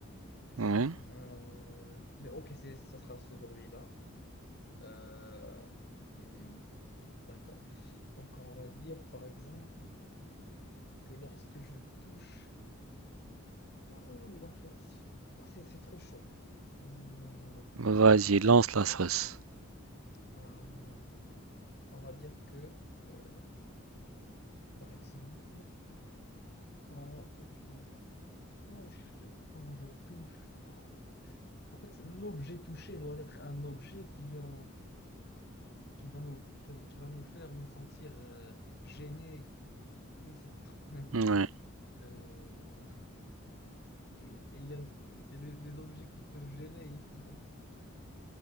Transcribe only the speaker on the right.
ouais.
Bah, Vas-y, lance la sauce.
Ouais,